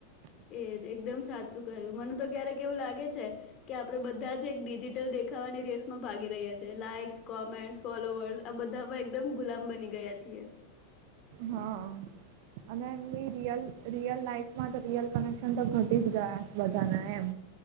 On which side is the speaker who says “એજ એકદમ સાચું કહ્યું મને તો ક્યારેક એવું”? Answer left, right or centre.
Left